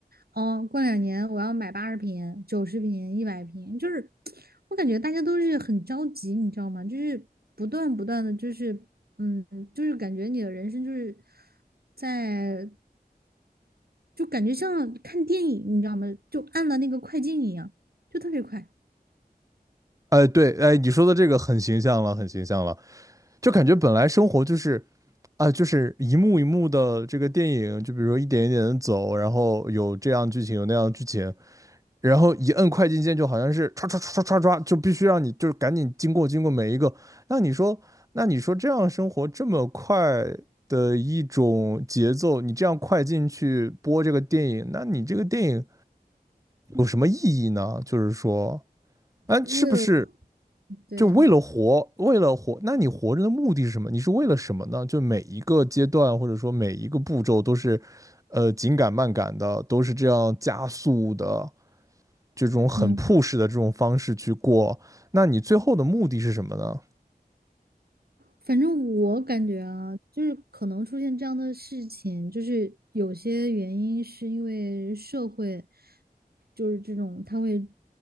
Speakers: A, on the right (about 75°); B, on the right (about 20°).
A: 哦，过两年我要买八十平、九十平、一百平，就是我感觉大家都是很着急，你知道吗？就是不断不断的，就是嗯，就是感觉你的人生就是在，就感觉像看电影，你知道吗？就按了那个快进一样，就特别快。
B: 哎，对，哎，你说的这个很形象了，很形象了，就感觉本来生活就是。啊，就是一幕一幕的这个电影，就比如说一点一点的走，然后有这样剧情，有那样剧情，然后一摁快进键就好像是唰唰唰唰唰唰，就必须让你就是赶紧经过经过每一个。那你说，那你说这样生活这么快的一种节奏，你这样快进去播这个电影，那你这个电影有什么意义呢？就是说，啊，是不是
A: 为了，对，
B: 就为了活，为了活？那你活着的目的是什么？你是为了什么呢？就每一个阶段或者说每一个步骤都是，呃，紧赶慢赶的，都是这样加速的。这种很
A: 嗯。
B: push 的这种方式去过，那你最后的目的是什么呢？
A: 反正我感觉啊，就是可能出现这样的事情，就是有些原因是因为社会，就是这种它会